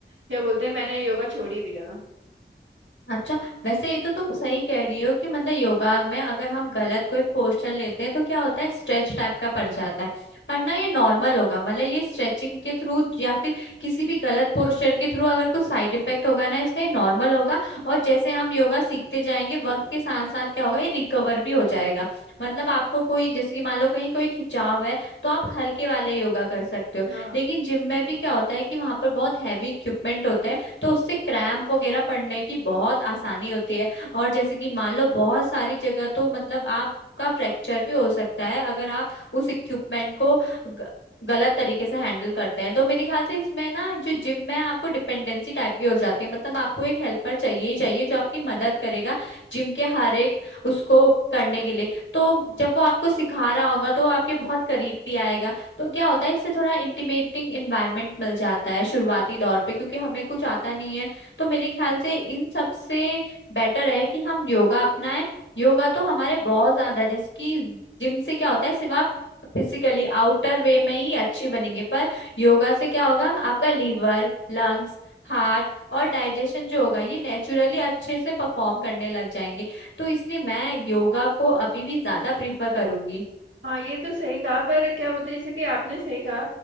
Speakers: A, on the right (about 85°); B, on the left (about 90°).
A: क्या बोलते हैं मैंने योगा छोड़ ही दिया
B: अच्छा वैसे ये तो तुम सही कह रही हो कि मतलब योगा में अगर हम गलत कोई पोस्चर लेते हैं तो क्या होता है स्ट्रेच टाइप का पड़ जाता है पर ना ये नॉर्मल होगा मतलब ये स्ट्रेचिंग के थ्रू या फिर किसी भी गलत पोस्चर के थ्रू अगर कुछ साइड इफेक्ट होगा ना इसका ये नॉर्मल होगा और जैसे हम योगा सीखते जाएंगे वक्त
A: हम्म,
B: के साथ साथ क्या होगा ये रिकवर भी हो जाएगा मतलब आपको कोई जैसे कि मान लो कहीं कोई खिंचाव है तो आप हल्के वाले योगा कर सकते हो
A: हाँ
B: लेकिन जिम में भी क्या होता है कि वहां पर बहुत हैवी इक्विपमेंट होता है तो उससे क्रैम्प वगैरह पड़ने की बहुत आसानी होती है और जैसे कि मान लो बहुत सारी जगह तो मतलब आपका फ्रैक्चर भी हो सकता है अगर आप उस इक्विपमेंट को ग- गलत तरीके से हैंडल करते हैं तो मेरे ख्याल से इसमें ना जो जिम में आपको डिपेंडेंसी टाइप की हो जाती है मतलब आपको एक हेल्पर चाहिए ही चाहिए जो आपकी मदद करेगा जिम के हर एक उसको करने के लिए तो जब वो आपको सिखा रहा होगा तो वो आपके बहुत करीब भी आएगा तो क्या होता है इससे थोड़ा इंटीमेटिंग इन्वायरमेंट मिल जाता है शुरुआती दौर पे क्योंकि हमें कुछ आता नहीं है तो मेरे ख्याल से इन सब से बेटर है कि हम योगा अपनाएं योगा तो हमारे बहुत ज्यादा जैसे कि जिम से क्या होता है सिर्फ आप फिजिकली आउटर वे में ही अच्छी बनेंगे पर योगा से क्या होगा आपका लीवर लंग्स हार्ट और डाइजेशन जो होगा ये नेचुरली अच्छे से परफॉर्म करने लग जाएंगे तो इसलिए मैं योगा को अभी भी ज्यादा प्रीफर करूंगी
A: हाँ ये तो सही कहा पर क्या बोलते हैं, जैसे कि आपने सही कहा